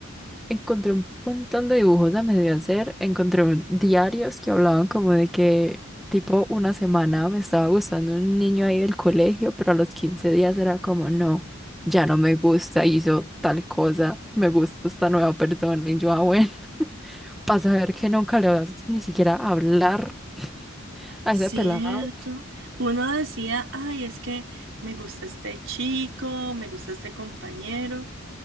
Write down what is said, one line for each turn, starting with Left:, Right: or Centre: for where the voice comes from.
Centre: Encontré un montón de dibujos a medio hacer, encontré un- diarios que hablaban como de que tipo una semana me estaba gustando un niño ahí del colegio, pero a los 15 días era como, no, ya no me gusta, hizo tal cosa, me gusta esta nueva persona y yo, ah, bueno, <laughs> para saber que nunca le vas ni siquiera a hablar <laughs> a
Right: cierto,
Centre: ese pelado.
Right: uno decía, ay, es que me gusta este chico, me gusta este compañero,